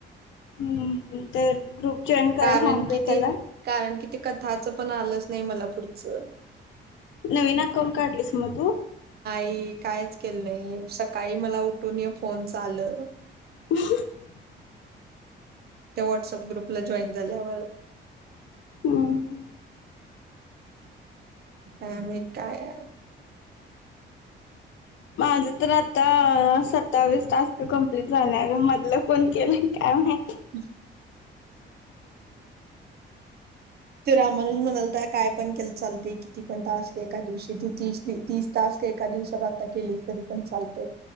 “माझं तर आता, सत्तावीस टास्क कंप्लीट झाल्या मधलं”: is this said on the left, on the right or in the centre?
Left